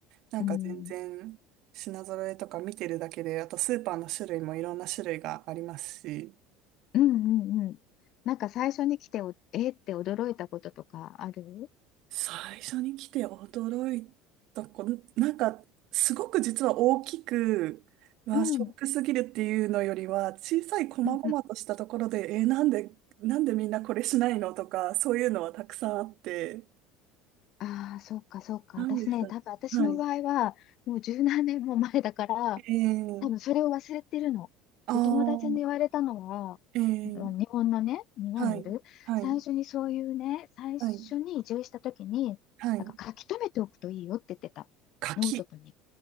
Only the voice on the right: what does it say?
なんか全然品揃えとか見てるだけで、
あとスーパーの種類もいろんな種類がありますし、
最初に来て驚いたこの、なんかすごく実は大きく、うわ、
ショックすぎるっていうのよりは、
小さい細々としたところで、
えーなんで、なんでみんなこれしないのとか、そういうのはたくさんあって、
なんですかね。
はい。
ええ
ああ、
ええ
はい、はい、
はい、はい。
柿。